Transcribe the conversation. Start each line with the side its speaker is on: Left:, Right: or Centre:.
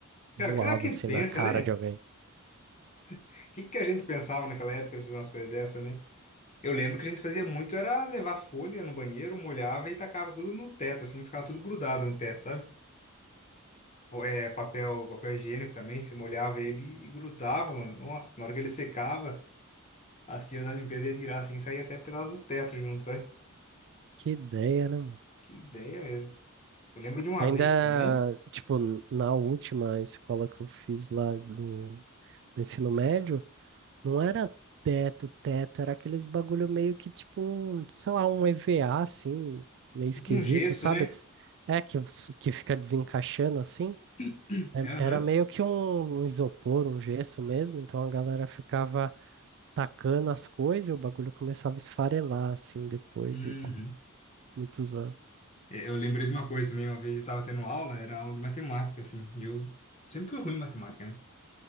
Left: Cara,
Right: voava
Left: o que será que
Right: assim
Left: pensa,
Right: na cara
Left: né?
Right: de alguém.
Left: O que, que a gente pensava naquela época de fazer umas coisas dessa, né? Eu lembro que a gente fazia muito era levar folha no banheiro, molhava e tacava tudo no teto, assim, ficava tudo grudado no teto, sabe? Ou, É, papel, papel higiênico também, se molhava ele e grudava, mano. Nossa, na hora que ele secava, assim, as tias da limpeza ia tirar assim, saía até pedaço do teto junto, sabe?
Right: Que ideia, né, mano?
Left: Que ideia mesmo. Eu lembro de uma
Right: Ainda,
Left: vez também,
Right: tipo, n- na última escola que eu fiz lá no no ensino médio, não era teto, teto, era aqueles bagulho meio que tipo, um, sei lá, um EVA assim, meio
Left: é
Right: esquisito,
Left: tipo um gesso,
Right: sabe?
Left: né?
Right: Que s- É, que, s- que fica desencaixando assim.
Left: <clears throat>
Right: É-
Left: Aham.
Right: Era meio que um, um isopor, um gesso mesmo, então a galera ficava tacando as coisas e o bagulho começava a esfarelar assim depois
Left: Uhum.
Right: e muitos anos.
Left: É, Eu lembrei de uma coisa também, uma vez eu estava tendo aula, era aula de matemática, assim, e eu sempre fui ruim em matemática, né?